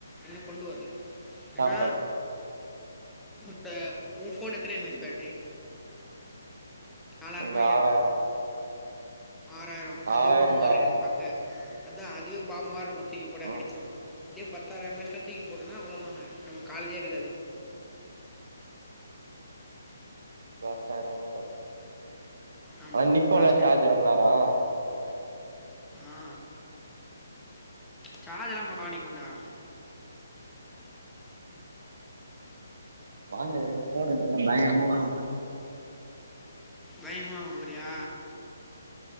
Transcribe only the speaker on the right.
சாம்பிள்
இந்த
ஆறாயிரோ
ஆறாயிரண்டா
ம்
லாஸ்ட் டையடாகுன்ற
ஆனா நிக்குல
சார்ஜ்
ரொம் நேரோ
வாங்க ஏது போனுன்றாலு பயங்கரமோ தா